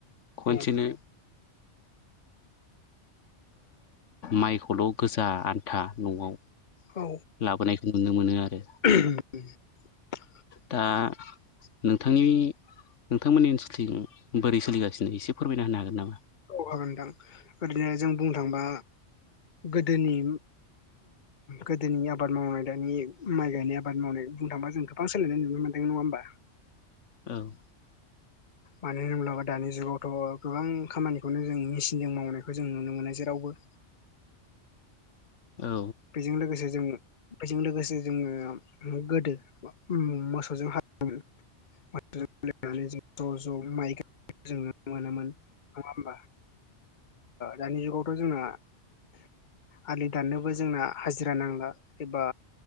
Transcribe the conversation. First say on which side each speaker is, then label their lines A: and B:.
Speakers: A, on the left; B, on the left.
A: खनसेनो
B: औ
A: माइखौल' गोजा आन्था न'आव
B: औ
A: लाबोनायखौ नुनो मोनो आरो।
B: <inaudible>
A: दा नोंथांनि नोंथांमोननि ओनसोलथिं बोरै सोलिगासिनो? एसे फोरमाय होनो हागोन नामा?
B: औ हागोनदां ओरैनो जों बुंनो थांबा गोदोनि गोदोनि आबाद मावनाय दानि माइ गायनाय आबाद मावनाय बुंनो थांबा जों बिबां सोलायनायुनो मोनदों नङा होनबा?
A: औ
B: मानो होनोब्लाबो दानि जुगावथ' गोबां खामानिखौनो जों मेचिनजों मावनायखौ जों नुनो मोनो जेरावबो।
A: औ
B: बेजों लोगोसे जों बेजों लोगोसे जोङो गोदो मोसौजों हालो मायनानै जों ज' ज' माइ गाय जोङो मोनामोन नङा होमबा? दानि जुगावथ' जोंना आलि दाननोबो जोंना हाजिरा नांला एबा